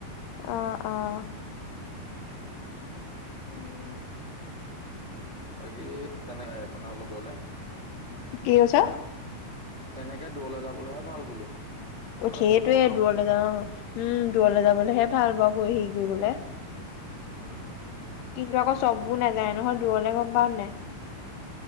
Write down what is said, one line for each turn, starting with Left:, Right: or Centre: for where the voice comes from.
Left: অহ, - অহ, উম,
Right: বাকী তেনেক মানে অলপ গলে
Left: কি কৈছা?
Right: তেনেকে, দূৰলৈ যাবলৈহে ভাল বোলো।
Left: <unintelligible>
Right: মানে মোৰ মন আও
Left: ঘূৰিবলে।
Right: উম, -উম,
Left: কিন্তু, আকৌ চববোৰ নাযায় নহয় দূৰলে গম পাও নে নাই?